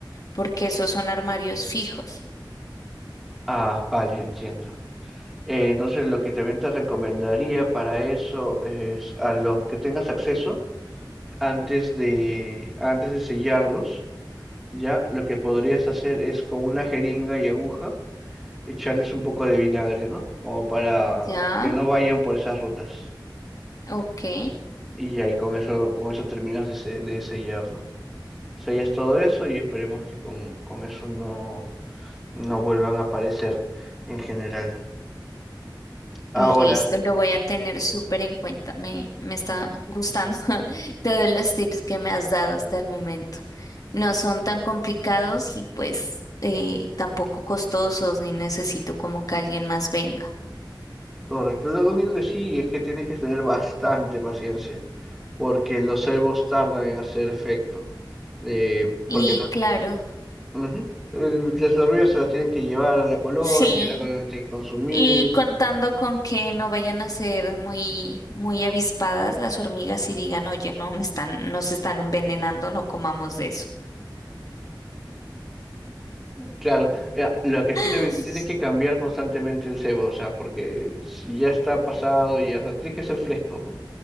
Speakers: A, on the left; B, in the centre.
A: porque esos son armarios fijos.
B: Ah, vale, entiendo. Eh, entonces lo que también te recomendaría para eso es a los que tengas acceso antes de, antes de sellarlos. Ya, lo que podrías hacer es con una jeringa y aguja echarles un poco de vinagre, ¿no? Como para
A: Ya,
B: que no vayan por esas rutas.
A: ok.
B: Y ahí con eso, con eso terminas de, se- de sellarlo. Sellas todo eso y esperemos que con, con eso no, no vuelvan a aparecer en general. Ahora,
A: Listo, lo voy a tener súper en cuenta. Me, me está gustando <laughs> todos los tips que me has dado hasta el momento. No son tan complicados y pues eh, tampoco costosos, ni necesito como que alguien más venga.
B: correcto, lo único que sí es que tienes que tener bastante paciencia, porque los cebos tardan en hacer efecto. Eh,
A: Y
B: porque
A: claro,
B: Ujú. El- Las hormigas se las tienen que llevar a la colonia,
A: sí.
B: la colonia tiene que consumir.
A: Y contando con que no vayan a ser muy, muy avispadas las hormigas y digan, oye, no, me están, nos están envenenando, no comamos de eso.
B: Claro, eh, lo que sí
A: <laughs>
B: también tienes que cambiar constantemente el cebo, o sea, porque si ya está pasado, ya, o sea, tiene que ser fresco.